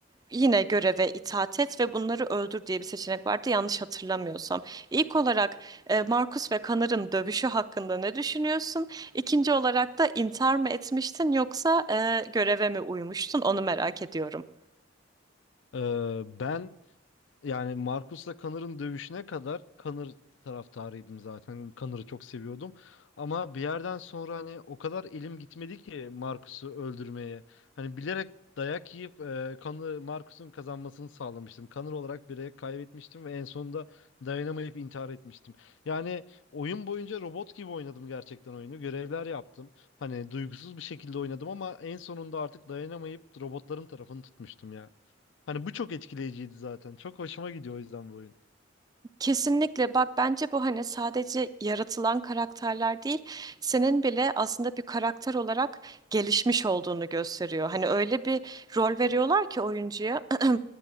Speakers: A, on the right; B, on the left.
A: yine göreve itaat et ve bunları öldür diye bir seçenek vardı yanlış hatırlamıyorsam. İlk olarak e, Markus ve Kanar'ın dövüşü hakkında ne düşünüyorsun? İkinci olarak da intihar mı etmiştin yoksa e, göreve mi uymuştun? Onu merak ediyorum.
B: Ee, ben Yani Marcus'la Connor'ın dövüşüne kadar Connor taraftarıydım zaten. Connor'ı çok seviyordum. Ama bir yerden sonra hani o kadar elim gitmedi ki Marcus'u öldürmeye. Hani bilerek dayak yiyip e, Connor, Marcus'un kazanmasını sağlamıştım. Connor olarak bireye kaybetmiştim ve en sonunda dayanamayıp intihar etmiştim. Yani oyun boyunca robot gibi oynadım gerçekten oyunu. Görevler yaptım. Hani duygusuz bir şekilde oynadım ama en sonunda artık dayanamayıp robotların tarafını tutmuştum ya. Hani bu çok etkileyiciydi zaten. Çok hoşuma gidiyor o yüzden bu oyun.
A: Kesinlikle bak bence bu hani sadece yaratılan karakterler değil senin bile aslında bir karakter olarak gelişmiş olduğunu gösteriyor. Hani öyle bir rol veriyorlar ki oyuncuya <clears throat>